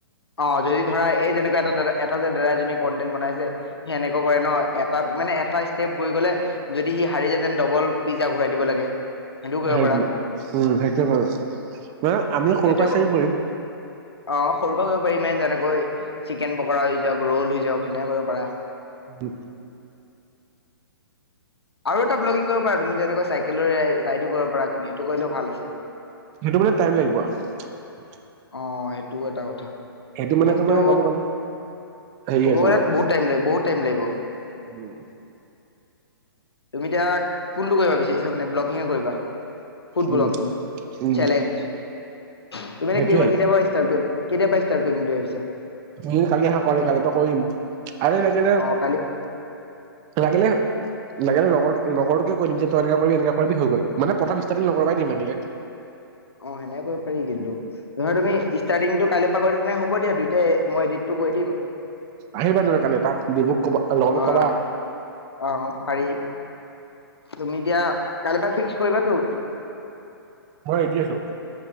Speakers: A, on the left (about 85°); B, on the right (about 25°).
A: অহ- যদি ধৰা এই যেনেক এ এটা এটা যে ডাৰা এজনীয়ে কণ্টেন্ট বনাইছে সেনেকৈ কৰে ন তাত মানে এটা ষ্টেপ গৈ গ'লে যদি সি হাৰি যায় তেন্তে ডবল পিজ্জা ঘূৰাই দিব লাগে। সেইটোও কৰিব
B: সেইটো
A: পাৰা
B: উম! সেইটোয়ে কৰিম, হে আমিও সৰু
A: সেইটোৱে
B: পৰা
A: ক-
B: চাই কৰিম
A: অ সৰুৰ কৰিব পাৰিম যেনেকৈ চিকেন পকৰা লৈ যাওঁক, ৰ'ল লৈ যাওঁক, সেনেকে কৰিব পাৰা।
B: উম!
A: আৰু এটা ব্লগিং কৰিব পাৰা তুমি যেনেকৈ চাইকেল ৰাইডো কৰিব পাৰা সেইটো কৰিলেও ভাল আছে।
B: সেইটো কাৰনে টাইম লাগিব আৰু।
A: অ সেইটো সেইটো এটা কথা
B: সেইটো মানে
A: কিন্তু
B: তোমাৰ ক'ব গ'লে হেৰি
A: কব
B: আছে
A: গ'লে
B: অলপ
A: বহুত টাইম বহুত টাইম লাগিব।
B: উম
A: তুমি এতিয়া কোনটো কৰিম ভাবিছা মানে ব্লকিঙে কৰিবা। ফুটব্লগিং
B: উম উম
A: চেলেঞ্জ। তুমালোক
B: সেইটোয়ে
A: কেইমাহ কেতিয়াবা ষ্টাৰ্ট। <unintelligible> কৰিম বুলি ভাবিছা?
B: উম কালি হা কলে কাইলেপৰা কৰিম, আৰু লাগিলে
A: অ কালি
B: লাগিলে। লাগিলে লগৰটোক লগৰটোকে কৈ দিম যে, তই এনেকোৱা কৰিবি এনেকোৱা কৰিবি হৈ গ'ল, মানে প্ৰথমষ্টাৰ্টিং লগৰ পৰাই দিম লাগিলে।
A: অ সেনেকে কৰিব পাৰি কিন্তু, মই, তুমি। ষ্টাৰ্টিংটো কাইলে পৰা কৰি দিয়া তেনে, হব দিয়া দুইটাই মই এডিটটো কৰি দিম।
B: আহিবা তেনে কাইলে তাক ডবুক কবা লগটোক
A: অ
B: কবা।
A: অ পাৰি। তুমি এতিয়া কাইলে পা ফিক্স কৰিবাটো?
B: মই ৰেডি আছো।